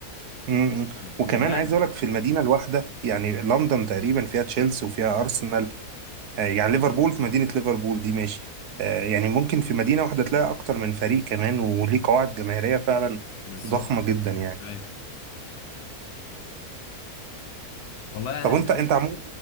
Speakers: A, on the right (about 80°); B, on the left (about 75°).
A: إمم، إمم.
B: بجد
A: وكمان عايز اقول لك في المدينه الواحده يعني لندن تقريبا فيها تشيلسي وفيها ارسنال آه، يعني ليفربول في مدينه ليفربول دي ماشي آه، يعني ممكن في مدينه واحده تلاقي اكتر من فريق كمان وليه قواعد جماهيريه فعلا
B: بالظبط
A: ضخمه جدا يعني
B: أيوه والله
A: طب
B: أنا شايف
A: انت انت عموما